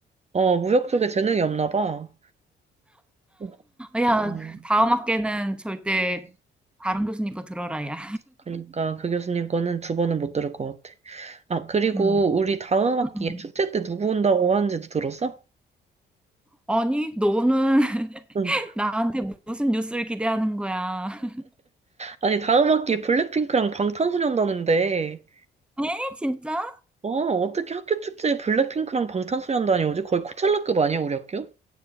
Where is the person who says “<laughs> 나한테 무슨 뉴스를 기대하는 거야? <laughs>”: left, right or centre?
Centre